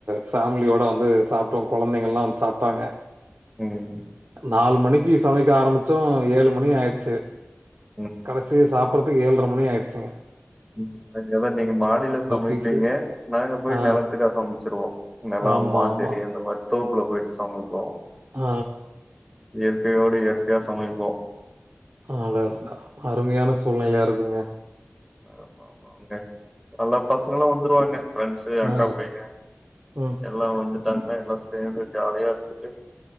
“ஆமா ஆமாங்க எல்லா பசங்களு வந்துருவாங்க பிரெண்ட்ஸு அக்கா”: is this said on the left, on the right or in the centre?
Centre